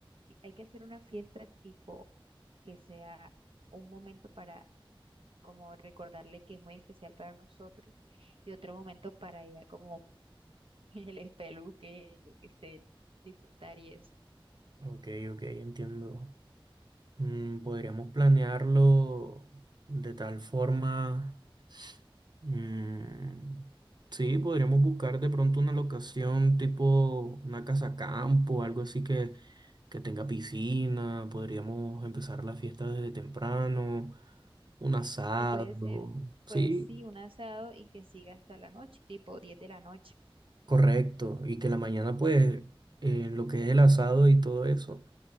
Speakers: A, on the right; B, on the right.
A: hay que hacer una fiesta tipo que sea un momento para como recordarle que es muy especial para nosotros y otro momento para ella como <laughs> el espeluque, yo qué sé, disfrutar y eso.
B: Ok, ok, entiendo. Mm, podríamos planearlo de tal forma. Mm, sí, podríamos buscar de pronto una locación tipo una casa campo, algo así que, que tenga piscina. Podríamos empezar la fiesta desde temprano, un asado.
A: Y puede ser,
B: Sí,
A: pues sí, un asado y que siga hasta la noche, tipo diez de la noche.
B: correcto. Y que la mañana, pues, eh, lo que es el asado y todo eso.